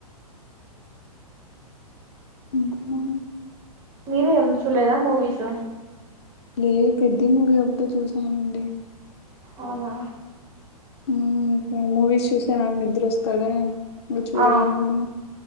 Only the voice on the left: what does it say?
ఇంకా
లేదు పెద్ధి మూవి ఒకటె చూసానండి
మ్మ్ మూవీస్ చూసా నాకు నిద్ర వస్తదా ఇంకా చూడాలని
కూడా